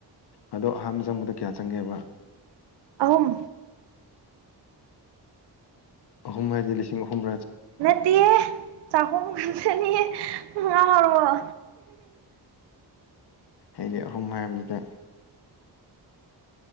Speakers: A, on the left; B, on the right.
A: ꯑꯗꯣ ꯑꯍꯥꯟꯕ ꯆꯪꯕꯗ ꯀꯌꯥ ꯆꯪꯒꯦꯕ
B: ꯑꯍꯨꯝ
A: ꯑꯍꯨꯝ ꯍꯥꯏꯗꯤ ꯂꯤꯁꯤꯡ ꯑꯍꯨꯝ
B: ꯅꯠꯇꯌꯦ ꯆꯈꯨꯝ ꯈꯁꯅꯤꯔ ꯋꯥ
A: ꯑꯗꯤ ꯑꯍꯨꯝ ꯃꯌꯥꯝꯗꯨꯗ